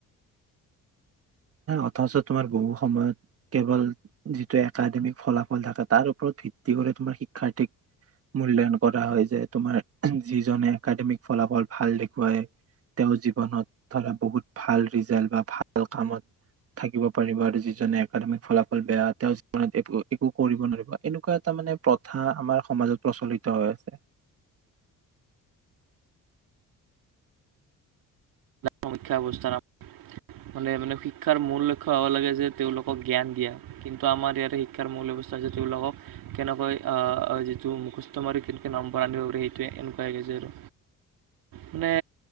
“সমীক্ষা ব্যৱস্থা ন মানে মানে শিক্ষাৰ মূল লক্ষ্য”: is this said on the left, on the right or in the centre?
Right